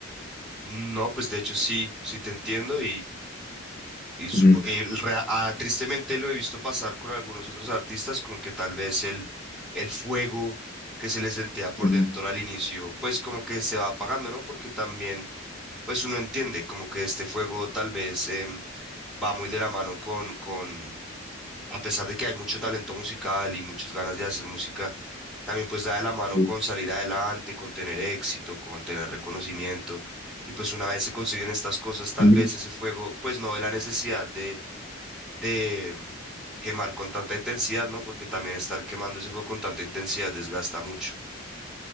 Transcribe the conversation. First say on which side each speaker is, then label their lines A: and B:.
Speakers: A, in the centre; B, on the left (about 40°).
A: No, pues de hecho sí, sí te entiendo Y supo-
B: Ujú,
A: el rea- ah, tristemente lo he visto pasar con algunos otros artistas, como que tal vez el, el fuego que se le sentía por
B: ujú,
A: dentro al inicio, pues como que se va apagando, ¿no? Porque también, pues uno entiende como que este fuego tal vez em, va muy de la mano con, con, a pesar de que hay mucho talento musical y muchas ganas de hacer música, también pues da de la mano
B: Sí,
A: con salir adelante, con tener éxito, con tener reconocimiento. Y pues una vez se consiguen estas cosas, tal
B: ujú.
A: vez ese fuego, pues no ve la necesidad de de mm, quemar con tanta intensidad, ¿no? Porque también estar quemando ese fuego con tanta intensidad desgasta mucho.